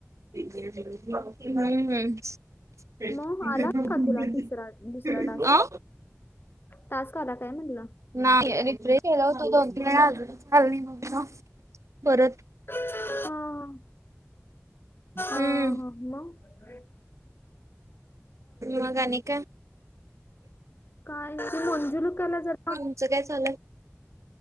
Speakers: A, on the right (about 80°); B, on the left (about 45°).
A: <unintelligible>
B: मग आला का तुला तिसरा दुसरा टास्क
A: हं <inaudible> आं.
B: टास्क आला काय म्हणला?
A: नाय रिफ्रेश केल होत दोन तीन वेळा अजून परत
B: अ ह अ
A: हम्म
B: ह मंग
A: मग आणि काय?
B: काय ते मोंजुलिकाला जर
A: म तुमचं काय चालंय?